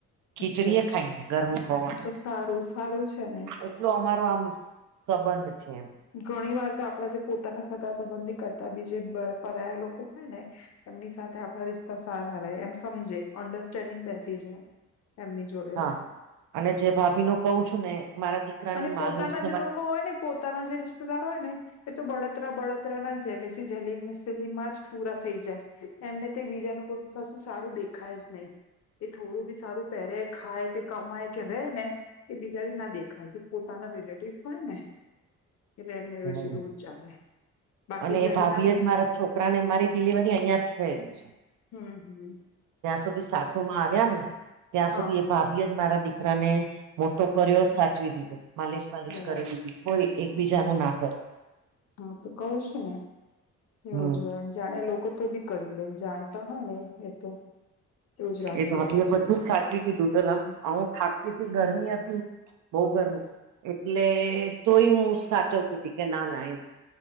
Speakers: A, on the right; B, on the left.
A: ખીચડીએ
B: અચ્છા અચ્છા
A: ખાઈલે, ગરમી <unintelligible> પણ
B: આ તો સારું સારું છે ને
A: એટલો અમારો આમ સંબંધ છે. એમ
B: ઘણી વાર તો આપણા જે પોતાના સગા સંબંધી કરતા બીજે પરાય લોકો હોય ને, એમની સાથે આપણા રિશ્તા સારા રહે એમ સમજે. અન્ડરસ્ટેન્ડિંગ બેસી જાય એમની જોડે.
A: હા અને જે ભાભીનું કહું છું ને, મારા દીકરાની
B: અને પોતાના
A: માલ <unintelligible>
B: જે લોકો હોયને, પો તાના જે રિશ્તેદાર હોયને, એ તો બળતરા બળતરાના જેલેસી જેલે <unintelligible> માં જ પૂરા થઈ જાય. એમને તે બીજાનું કોક કશું સારું દેખાય જ નઈ. એ થોડું બી સારું પહેરે ખાય કે કમાય કે રેય ને, એ બીજાને ના દેખાય છે પોતાના રિલેટિવ્સ હોય ને, એટલે એમને એવું
A: હમ.
B: <unintelligible> એવું જ ચાલે. બાકી
A: અને
B: જે
A: એ ભાભી
B: અંજાન
A: એજ મારા છોકરાને મારી ડિલિવરી અહિયાં જ થયેલી છે.
B: હમ્મ હમ્મ,
A: જ્યાં સુધી સાસુ માં આવ્યાને, ત્યાં
B: હા
A: સુધી
B: હા
A: એ ભાભી જ મારા દીકરાને, મોટો કર્યો
B: હમ,
A: સાચવી દીધું, માલીશ માલીશ
B: બરાબર
A: કરી દીધી કોઈ એકબીજાનું
B: હમ
A: નામ,
B: હા તો કવ છું ને એવું
A: હમ
B: <unintelligible> જાણે લોકો તો બી કરી લેમ, જાણતા હોય ને એ તો. એવું જ રાખે
A: એ ભાભી એ બધું જ સાચી દીધું તુ,
B: હમ
A: અમુક થાકતી તી ગરમી હતી. બઉ ગરમી,
B: હમ,
A: એટલે તોય હું સાચવતી તી કે ના ના એમ,